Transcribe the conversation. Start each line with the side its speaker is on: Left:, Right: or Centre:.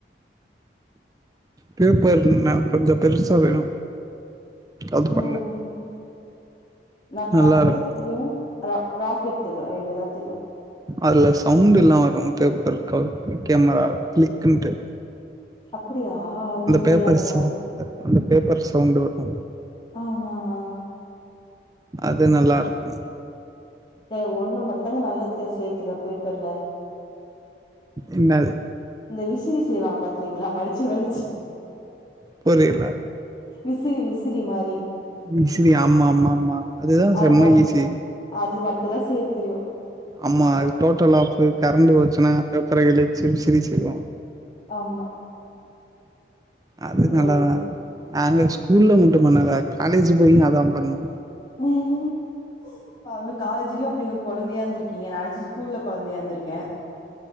Right: பேப்பர்னா கொஞ்சோ பெருசா வேணு அது பண்ணே
Left: ஓகே நா
Right: நல்லா
Left: கப்பல்
Right: இருக்கு
Left: தெரியு ராக்கெட் தெரியு ரெண்டு தா தெரியு
Right: அதுல சவுண்டெல்லா வரும் பேப்பர் க கேமரால கிளிக்குன்ட்டு
Left: அப்டியா எனக்கு தெரியாதுங்க
Right: பேப்பர் சவுண்ட் அந்த அந்த பேப்பர் சவுண்டு வரு
Left: ஆ ஆ ஆ
Right: அது நல்லாருக்கு
Left: ஏ ஒன்னு மட்டு தாங்க நல்லா தே சேத்துவே பேப்பர்ல
Right: என்னது
Left: இந்த விசிறி செய்வாங்க பாத்திருக்கீளா மடிச்சு மடிச்சு
Right: புரியல
Left: விசிறி விசிறி மாரி
Right: விசிறி ஆமா ஆமா ஆமா அதுதா செம்ம
Left: அது மட்
Right: ஈசி
Left: அது மட்டு தா செய்ய தெரியு
Right: அம்மா அது டோட்டல் ஆஃபு கரண்டு் போச்சுனா பேப்பர கிழிச்சி விசறி செய்வோ
Left: ஆமா
Right: அது
Left: யோ
Right: நல்லாதா
Left: ஐயோ
Right: இருக்கு நாங்க ஸ்கூல்ல மட்டும் பண்ணல காலேஜ் போயு அதா பண்ணோ
Left: உஹ்ம் இப்ப அவனு காலேஜ்லயு அப்டிங்க கொழந்தையா இருந்திருக்கீங்க நானாச்சு ஸ்கூல்ல கொழந்தையா இருந்திருக்கே